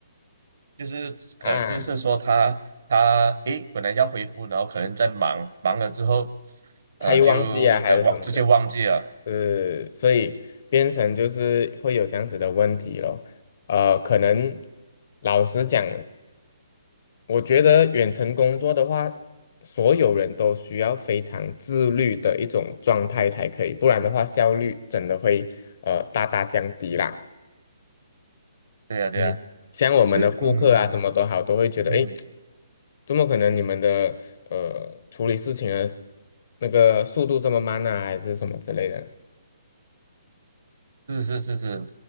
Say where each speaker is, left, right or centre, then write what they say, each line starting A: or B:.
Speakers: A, on the right; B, on the left.
A: 就是可能就是说他他诶，
B: 啊，
A: 本来要回复，然后可能在忙忙了之后，呃，
B: 他又忘记啊，
A: 就呃忘直接忘记了，
B: 还有什么的，呃，所以变成就是会有这样子的问题咯。呃，可能老实讲。我觉得远程工作的话，所有人都需要非常自律的一种状态才可以，不然的话效率真的会呃大大降低啦。
A: 对呀、对呀、
B: 嗯，像我们的顾客啊，
A: 是嗯
B: 什么都好，都会觉得，
A: 嗯哼
B: 诶，怎么可能你们的呃处理事情的那个速度这么慢呢，还是什么之类的？
A: 是是是是，